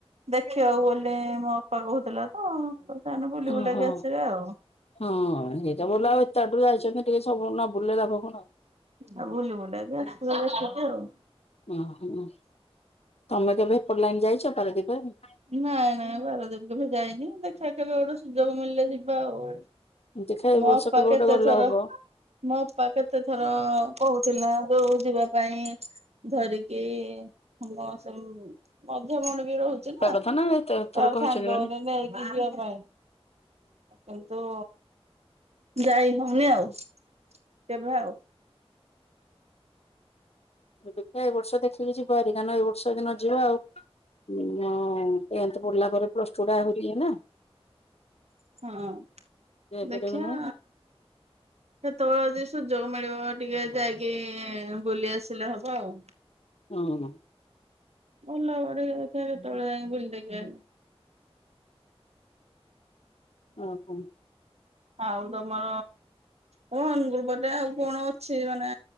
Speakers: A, on the right; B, on the left.
A: ଦେଖିବାକୁ ଗଲେ ମୋ ଅପା କହୁଥିଲା ତ ସେମାନେ ବୁଲି
B: ଓହୋ
A: ବୁଲାକି ଆସିବେ ଆଉ।
B: ହଁ ସେଇଟା <unintelligible> ଆଉ ଏତେ ବାଟରୁ ଯାଇଛନ୍ତିି ଟିକେ ସବୁ ନ ବୁଲିଲେ ଲାଭ କଣ।
A: ଆଉ ବୁଲି ବୁଲାକି ଆସିବେ ଦେଖିକି ଆଉ।
B: ଓହୋ ତମେ କେବେ ଏପଟ ଲାଇନ୍‌ ଯାଇଛ ପାରାଦୀପ <unintelligible>
A: ନାଇଁ ନାଇଁ ପାରାଦୀପ କେବେ ଯାଇନି। ଦେଖିବା କେବେ ଗୋଟେ ସୁଯୋଗ ମିଳିଲେ ଯିବା ଆଉ।
B: ଦେଖିଆ ଏଇ
A: ମୋ
B: ବର୍ଷ
A: ଅପା
B: କେବେ ଗୋଟେ
A: କେତେଥର।
B: ଗଲେ ହବ।
A: ମୋ ଅପା କେତେ ଥର କହୁଥିଲା ଯୋଉ ଯିବା ପାଇଁ। ଧରିକି ସମସ୍ତଙ୍କୁ ମଝିଆ ଭଉଣୀ ବି ରହୁଛି ନା।
B: <unintelligible>
A: ତା ସାଙ୍ଗରେ
B: ମାନେ।
A: ନେଇକି ଯିବା ପାଇଁ। କିନ୍ତୁ ଯାଇ ହଉନି ଆଉ କେବେ ଆଉ।
B: ଦେଖିବା ଏଇ ବର୍ଷ ଦେଖିକି ଯିବା ହେରି କାହିଁକି ନା ଏଇ ବର୍ଷ ଯଦି ନ ଯିବା ଆଉ। <unintelligible> ଟେନ୍ଥ ପଢିଲା ପରେ ପ୍ଲସ୍ ଟୁ ଟା ଆହୁରି ଇଏ ନା।
A: ହଁ
B: ଯାଇପାରିବ
A: ଦେଖିଆ।
B: କି ନାହିଁ
A: କେତେବେଳେ ଯଦି ସୁଯୋଗ ମିଳିବ ଟିକେ ଯାଇକି ବୁଲି ଆସିଲେ ହବ ଆଉ।
B: ହଁ।
A: ଭଲ <unintelligible> ଫେରେ କେତେବେଳେ ଯାଇକି ବୁଲି ଦେଇକି
B: ଆଉ କଣ?
A: ଆଉ ତମର ହଁ ଅନଗୁଳ ପଟେ ଆଉ କଣ ଅଛି ମାନେ